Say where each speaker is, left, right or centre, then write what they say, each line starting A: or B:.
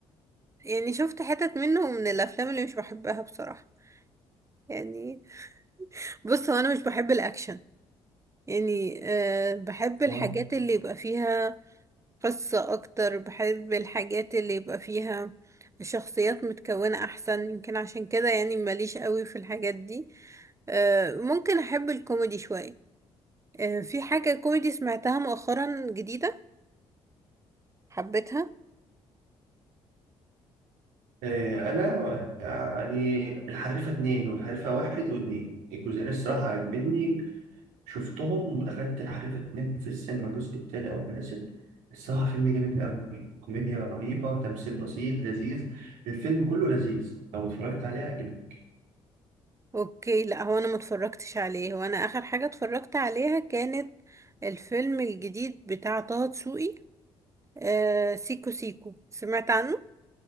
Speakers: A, on the right (about 25°); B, on the right (about 80°).
A: يعني شفت حتت منه من الافلام اللي مش بحبها بصراحه يعني بص هو انا مش بحب الاكشن يعني أه بحب الحاجات
B: طبعاً.
A: اللي يبقى فيها قصة أكتر بحب الحاجات اللي يبقى فيها شخصيات متكونة أحسن يمكن عشان كده يعني ماليش قوي في الحاجات دي آه، ممكن أحب الكوميدي شوية آه، في حاجة كوميدي سمعتها مؤخرا جديدة حبيتها
B: آه، انا يعني الحريفه اتنين والحريفه واحد واتنين الجزئين الصراحه عجبني شفتهم ودخلت الحريفة اتنين في السينما الجزء التاني أول ما نزل الصراحة فيلم جامد أوي كوميديا رهيبة تمثيل بسيط لذيذ الفيلم كله لذيذ لو اتفرجت عليه هيعجبك
A: أوكي لا هو أنا متفرجتش عليه هو أنا آخر حاجة اتفرجت عليها كانت الفيلم الجديد بتاع طه دسوقي آه، سيكو سيكو سمعت عنه؟